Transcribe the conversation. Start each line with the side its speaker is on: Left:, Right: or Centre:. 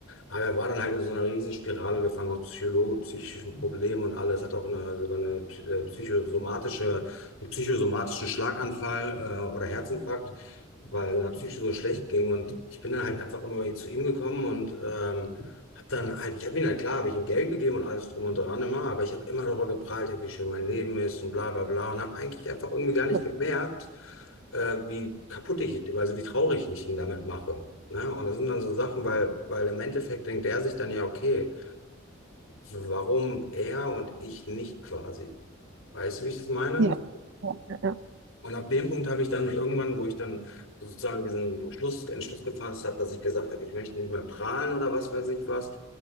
Left: Aber er war dann halt in so einer Riesenspirale gefangen aus Psycholo psychischen Problemen und alles. Hat auch eine, sogar eine psy- äh, psychosomatische, einen psychosomatischen Schlaganfall äh, oder Herzinfarkt, weil seiner Psyche so schlecht ging. Und ich bin dann halt einfach immer zu ihm gekommen und ähm, hab dann halt, ich habe ihm halt klar, habe ich ihm Geld gegeben und alles drum und dran immer, aber ich habe immer darüber geprahlt, ja, wie schön mein Leben ist und bla bla bla und habe eigentlich einfach irgendwie gar nicht
Right: Ja,
Left: gemerkt, äh, wie kaputt ich, also wie traurig ich ihn damit mache. Ne? Und das sind dann so Sachen, weil, weil im Endeffekt denkt er sich dann ja, okay, warum er und ich nicht quasi? Weißt du, wie ich das meine?
Right: ja, ja, ja.
Left: Und ab dem Punkt habe ich dann irgendwann, wo ich dann sozusagen diesen Schluss, Entschluss gefasst habe, dass ich gesagt habe, ich möchte nicht mehr prahlen oder was weiß ich was,